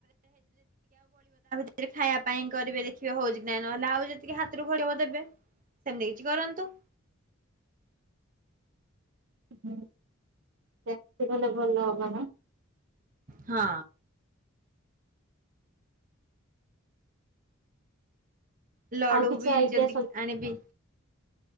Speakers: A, on the right; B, on the right.
A: <inaudible> ରେ ଖାଇବା ପାଇଁ କରିବେ ଦେଖିବେ ହଉଛି ନାଇଁ ନହଲେ ଆଉ ଯେତିକି ହାତରୁ ପଡିବ ଦେବେ। ସେମିତି କିଛି କରନ୍ତୁ।
B: ହୁଁ ଚାକତି ହେଲେ ଭଲ ହବ ନା?
A: ହଁ। ଲଡୁ
B: ଆଉ କିଛି
A: ବି
B: ଆଇଡିଆ
A: ଯଦି
B: ସବୁ
A: କି ଆଣିବି